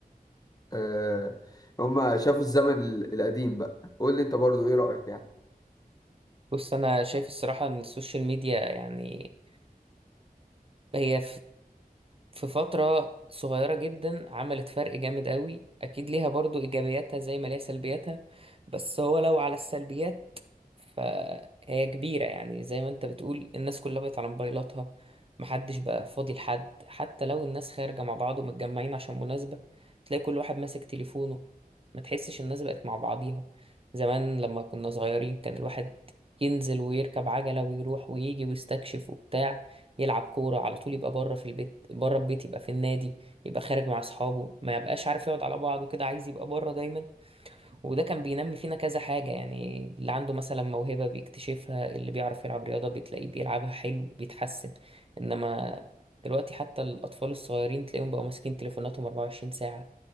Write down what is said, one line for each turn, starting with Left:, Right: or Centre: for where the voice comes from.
Left: آه، هم شافوا الزمن ال- القديم بقى قول لي انت برضو ايه رايك يعني
Right: بص أنا شايف الصراحة إن السوشيال ميديا يعني هي في فترة صغيرة جدا عملت فرق جامد قوي أكيد ليها برضو إيجابياتها زي ما ليها سلبياتها بس هو لو على السلبيات فهي كبيرة يعني زي ما أنت بتقول الناس كلها بقت على موبايلاتها محدش بقى فاضي لحد حتى لو الناس خارجة مع بعض ومتجمعين عشان مناسبة تلاقي كل واحد ماسك تليفونه ما تحسش الناس بقت مع بعضيها زمان لما كنا صغيرين كان الواحد ينزل ويركب عجلة ويروح ويجي ويستكشف وبتاع يلعب كورة على طول يبقى بره في البيت بره البيت يبقى في النادي يبقى خارج مع أصحابه ما يبقاش عارف يقعد على بعضه كده عايز يبقى بره دايما وده كان بينمي فينا كذا حاجة يعني اللي عنده مثلا موهبة بيكتشفها اللي بيعرف يلعب رياضة بتلاقيه بيلعبها حلو بيتحسن إنما دلوقتي حتى الأطفال الصغيرين تلاقيهم بقوا ماسكين تليفوناتهم 24 ساعة